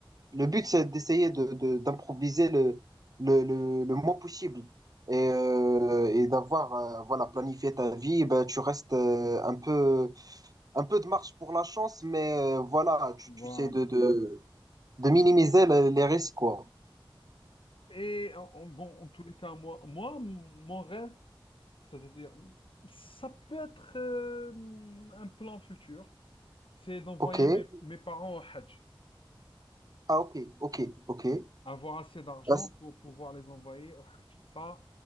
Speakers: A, on the right; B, on the left.
A: le but, c'est d'essayer de, de- d'improviser le, le, le, le moins possible et, euh, et d'avoir euh, voilà, planifié ta vie. Bah, tu restes euh, un peu, un peu de marge pour la chance, mais euh, voilà, tu,
B: voilà.
A: tu sais de, de, de minimiser les, les risques, quoi.
B: Et en, en- bon, en tous les cas, moi, moi mon rêve, c'est-à-dire, ça peut être euh, un plan futur. C'est d'envoyer
A: OK.
B: mes, mes parents au Hajj.
A: Ah, OK, OK, OK.
B: Oui. Avoir assez d'argent
A: Ah, c'est-
B: pour pouvoir les envoyer au Hajj. Ça,